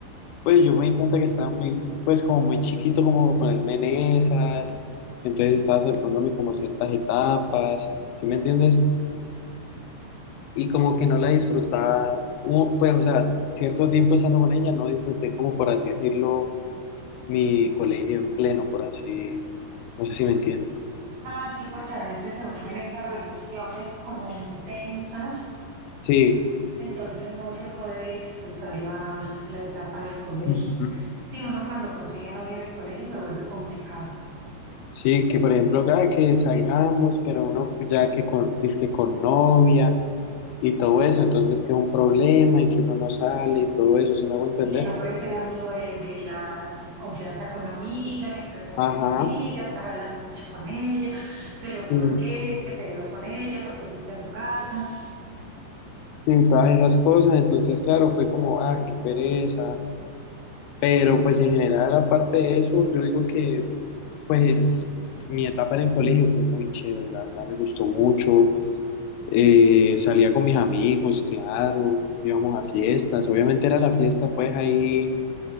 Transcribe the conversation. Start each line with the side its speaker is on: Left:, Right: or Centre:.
Left: pues yo me di cuenta que estaba muy, pues como muy chiquito como para ponerme en esas. Entonces estaba saltándome como ciertas etapas, ¿sí me entiendes? Y como que no la disfrutaba, hubo, pues o sea, cierto tiempo estando con ella, no disfruté como por así decirlo, mi colegio en pleno, por así, no sé si me entiendes.
Right: Ah, sí, porque a veces se vuelven esas relaciones como intensas
Left: Sí.
Right: Entonces no se puede disfrutar la, la etapa del colegio.
Left: Ujú.
Right: Sí, uno cuando consigue novia en el colegio se vuelve complicado
Left: Sí, que por ejemplo, cada que salgamos, pero uno ya que con, dizque con novia y todo eso, entonces que es un problema y que uno no sale y todo eso, ¿sí me hago entender?
Right: y que no puede ser amigo de, de la confianza con la amiga, ni expresarse
Left: Ajá,
Right: con la amiga, estás hablando mucho con ella, pero ¿por
Left: y,
Right: qué es que te veo con ella? ¿Por qué fuiste a su casa?
Left: y todas esas cosas, entonces claro, fue como, ah, qué pereza, pero pues en general, aparte de eso, yo digo que pues mi etapa en el colegio fue muy chévere, la verdad me gustó mucho, eh, salía con mis amigos, claro, íbamos a fiestas, obviamente era la fiesta pues ahí